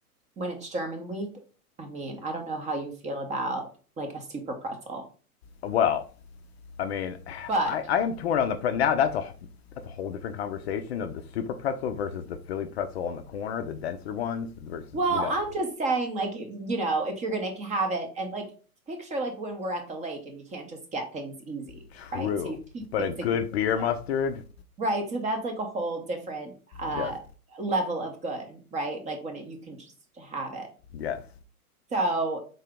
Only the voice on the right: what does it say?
when it's German week, I mean, I don't know how you feel about like a super pretzel,
but
well,
I'm just saying, like, you know, if you're going to have it and like picture like when we're at the lake and you can't just get things easy,
right? So you keep
things
in your freezer,
right? So that's like a whole different uh,
level of good, right? Like when it, you can just have it.
So